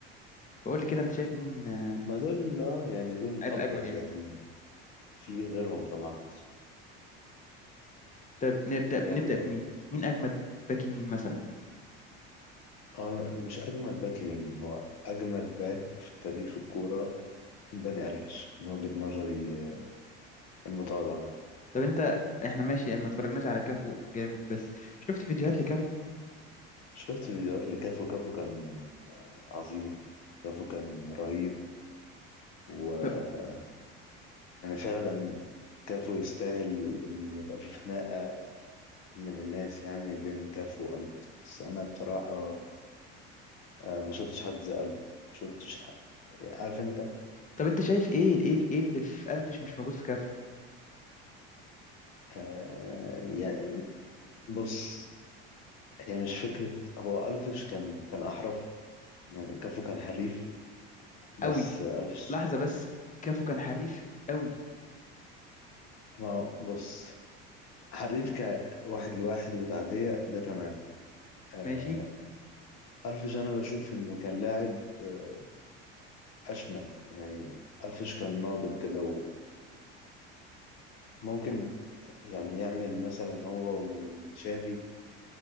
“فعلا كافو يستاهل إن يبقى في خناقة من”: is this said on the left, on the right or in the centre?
Left